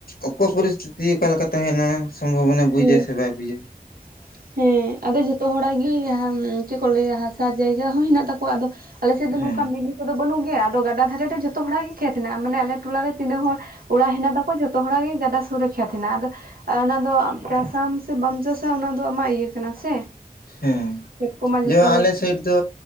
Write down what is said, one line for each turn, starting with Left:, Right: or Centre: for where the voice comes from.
Left: ᱚᱠᱚ ᱯᱚᱨᱤᱥᱛᱤᱛᱤ ᱚᱠᱟᱞᱮᱠᱟ ᱛᱟᱦᱮᱱᱟ, ᱥᱚᱢᱵᱷᱚᱵᱚᱱᱟ ᱵᱩᱡᱟ
Right: ᱦᱮᱸ
Left: ᱥᱮ ᱵᱟᱭ ᱵᱩᱡᱟ᱾
Right: <inaudible> ᱦᱮᱸ ᱟᱫᱚ ᱡᱷᱚᱛᱚ ᱦᱚᱲᱟᱜ ᱜᱮ <inaudible> ᱪᱮᱫ ᱠᱚ ᱞᱟᱹᱭᱟ ᱦᱟᱥᱟ ᱡᱟᱭᱜᱟ ᱦᱚᱸ ᱦᱮᱱᱟᱜ ᱛᱟᱠᱚᱣᱟ ᱟᱫᱚ᱾ ᱟᱞᱮ ᱥᱮᱫ
Left: ᱦᱮᱸ
Right: ᱫᱚ ᱱᱚᱝᱠᱟ ᱢᱮᱱᱤ ᱠᱚᱫᱚ ᱵᱟᱹᱱᱩᱜ ᱜᱮᱭᱟ, ᱟᱫᱚ ᱜᱟᱰᱟ ᱫᱷᱟᱨᱮ ᱨᱮ ᱡᱚᱛᱚ ᱦᱚᱲᱟᱜ ᱜᱮ ᱠᱷᱮᱛ ᱦᱮᱱᱟᱜ, ᱢᱟᱱᱮ ᱟᱞᱮ ᱴᱚᱞᱟ ᱨᱮ ᱛᱤᱱᱟᱹᱜ ᱦᱚᱲ ᱚᱲᱟᱜ ᱦᱮᱱᱟᱜ ᱛᱟᱠᱚ ᱡᱷᱚᱛᱚ ᱦᱚᱲᱟᱜ ᱜᱮ ᱜᱟᱰᱟ ᱥᱩᱨ ᱨᱮ ᱠᱷᱮᱛ ᱦᱮᱱᱟᱜ-ᱟ ᱟᱫᱚ ᱚᱱᱟ ᱫᱚ ᱪᱟᱥᱟᱢ ᱥᱮ ᱵᱟᱢ ᱪᱟᱥᱟ ᱚᱱᱟ ᱫᱚ ᱟᱢᱟᱜ ᱤᱭᱟᱹ ᱠᱟᱱᱟ ᱥᱮ
Left: ᱦᱮᱸ
Right: ᱠᱷᱮᱛ ᱠᱚᱢᱟ ᱡᱷᱚᱛᱚ
Left: ᱡᱮᱢᱚᱱ
Right: ᱦᱚᱲᱟᱜ
Left: ᱟᱞᱮ ᱥᱮᱭᱤᱴ ᱫᱚ